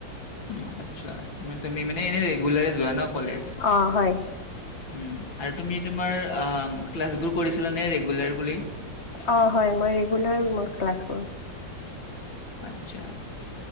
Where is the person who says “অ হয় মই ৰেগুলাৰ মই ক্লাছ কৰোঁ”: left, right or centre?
Left